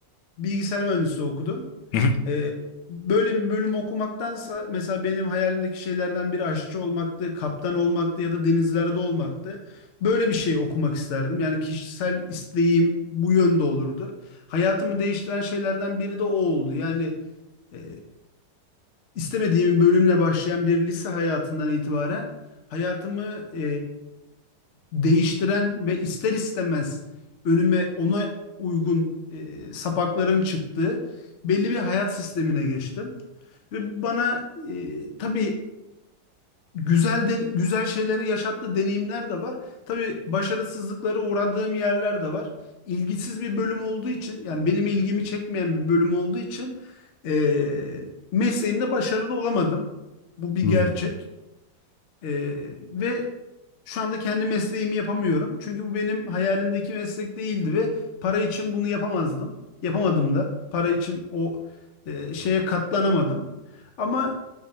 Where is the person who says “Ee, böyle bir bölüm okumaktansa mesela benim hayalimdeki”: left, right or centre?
Left